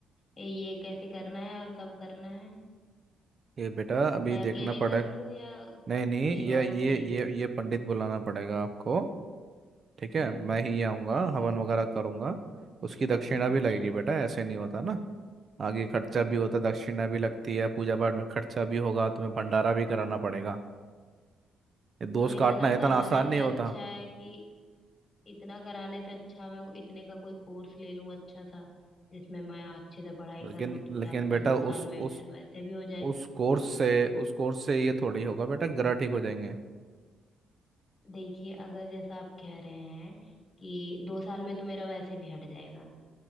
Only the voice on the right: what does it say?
ये बेटा अभी
देखना
पड़ेगा
नहीं नहीं
ये
ये
ये ये पंडित बुलाना पड़ेगा आपको ठीक
है मैं ही आऊँगा हवन
वगैरह करूँगा उसकी दक्षिणा
भी लगेगी बेटा ऐसे नहीं होता ना आगे खर्चा भी होता दक्षिणा भी लगती है पूजा पाठ में खर्चा भी होगा तुम्हें भंडारा भी कराना पड़ेगा ये दोस्त
काटना इतना
आसान नहीं
होता
लेकिन
लेकिन
बेटा
उस
उस
उस कोर्स से उस कोर्स से ये थोड़ी होगा बेटा ग्रह ठीक हो जाएंगे